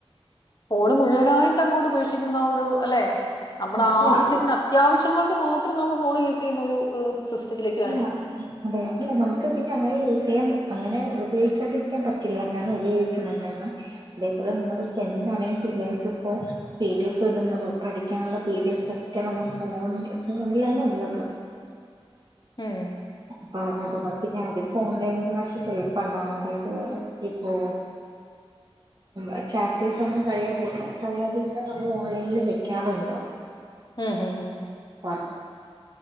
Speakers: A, on the left (about 45°); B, on the right (about 45°).
A: ഫട് മുഴുവനായിട്ട് അങ്ങോട്ട് പേക്ഷിക്കുന്ന ഒരു അല്ലെ നമ്മുടെ
B: അല്ല
A: ആവശ്യത്തിന് അത്യാവശ്യങ്ങൾ നക്ക് മാത്രം നമുക്ക് ഫോൺ യൂസ് ചെയ്യുന്ന ഒരു സിസ്റ്റത്തിലേക്ക്
B: അല്ല
A: വരണം
B: അതെ അല്ല നമുക്ക് പിന്നെ അങ്ങനെ യ അം അങ്ങനെ ഉപയോഗിക്കാതിരിക്കാൻ പറ്റില്ല കാരണം ഉപയോഗിക്കണം കാരണം അതേപോലെ നമ്മൾ പെ ണ പിള്ളേക്ക് ഇപ്പോ പി ഡി എഫ് ഇടുന്നത് പഠിക്കാനുള്ള പി ഡി എഫ് ഒക്കെ നമ്മൾ ഫോണ ല്ലന ഉള്ളത്ത
A: ഉം
B: അപ്പ അതോ പിന്നെ അവർക്ക് ഓൺലൈൻ ക്ലാസ്സ് ച പ അതായത് ഇപ്പോൊ ആ ചാപ്റ്റേഴ്സ് ഒന്നും കഴാതിെ കഴിയാതെ ഇല്ല നമ്മൾ ഓൺലൈനിൽ വെക്കാറുണ്ടോ
A: ഹംം ഹ
B: <unintelligible>